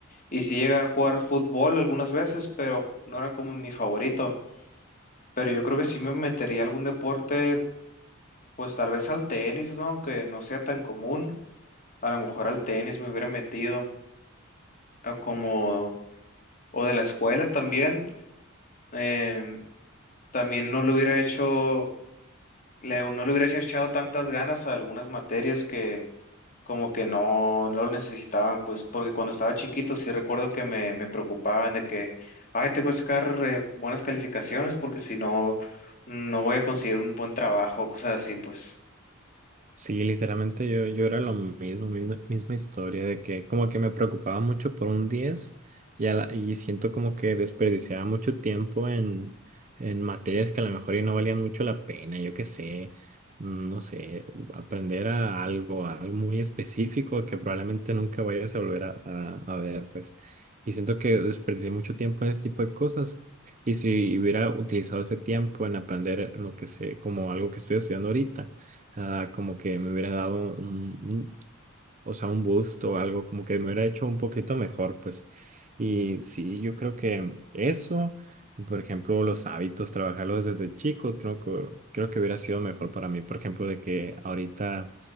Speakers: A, on the left; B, on the right.
A: Y sí llegué a jugar fútbol algunas veces, pero no era como mi favorito. Pero yo creo que sí me metería a algún deporte, pues tal vez al tenis, ¿no? Aunque no sea tan común, a lo mejor al tenis me hubiera metido, o como, o de la escuela también. Em, también no lo hubiera hecho le- no le hubiera echado tantas ganas a algunas materias que como que no, no lo necesitaban, pues porque cuando estaba chiquito sí recuerdo que me, me preocupaban de que, ay, tengo que sacar eh, buenas calificaciones porque si no, no voy a conseguir un buen trabajo, cosas así, pues.
B: Sí, literalmente yo, yo era lo mismo, misma, misma historia, de que como que me preocupaba mucho por un 10 y, a la- y siento como que desperdiciaba mucho tiempo en, en materias que a lo mejor y no valían mucho la pena, yo qué sé, mm, no sé, aprender a algo, a algo muy específico que probablemente nunca vayas a volver a, a, a ver, pues. Y siento que desperdicié mucho tiempo en ese tipo de cosas. Y si hubiera utilizado ese tiempo en aprender lo que sé, como algo que estoy estudiando ahorita sea, como que me hubiera dado un, un- o sea, un busto o algo, como que me hubiera hecho un poquito mejor, pues. Y sí, yo creo que eso, por ejemplo, los hábitos, trabajarlos desde chico, creo que, creo que hubiera sido mejor para mí, por ejemplo, de que ahorita,